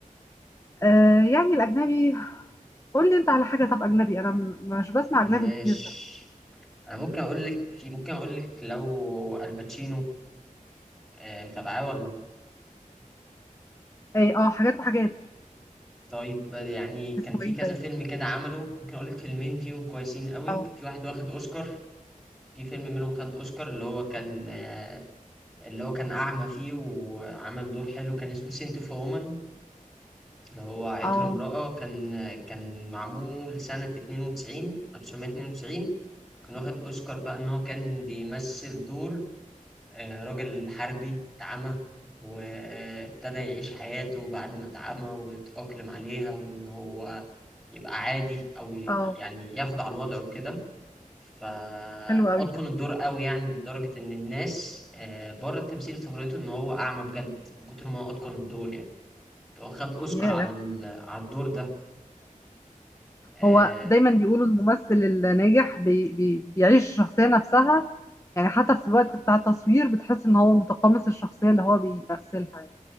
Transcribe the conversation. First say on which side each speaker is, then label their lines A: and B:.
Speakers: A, on the left; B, in the centre.
A: آه يعني الأجنبي قول لي أنت على حاجة طب أجنبي أنا م- مش بسمع
B: ماشي
A: أجنبي كتير لا
B: انا ممكن اقول لك ممكن اقول لك لو الباتشينو آه، متابعاه ولا
A: إيه، أه حاجات وحاجات
B: طيب يعني
A: اسمه
B: كان في
A: إيه
B: كذا
A: طيب
B: فيلم كده عمله ممكن اقول لك فيلمين فيهم كويسين قوي
A: أه
B: في واحد واخد اوسكار في فيلم منهم خد اوسكار اللي هو كان آه، اللي هو كان اعمى فيه وعمل دور حلو كان اسمه سنت اوف وومن اللي هو عطر
A: أه
B: امرأة كان كان معمول سنة 92 1992 كان واخد اوسكار بقى ان هو كان بيمثل دور آه، راجل حربي اعمى وابتدى يعيش حياته بعد ما اتعمى ويتأقلم عليها وان هو يبقى عادي او ي-
A: أه
B: يعني ياخد على الوضع وكده فاتقن
A: حلو قوي ده
B: الدور قوي يعني لدرجه ان الناس آه، بره التمثيل افتكرته ان هو اعمى بجد من كتر ما هو اتقن الدور يعني هو خد اوسكار
A: ياه
B: على ال- على الدور ده آه،
A: هو دايما بيقولوا الممثل الناجح بي بي بيعيش الشخصية نفسها يعني حتى في الوقت بتاع التصوير بتحس ان هو متقمص الشخصية اللي هو بيمثلها يعني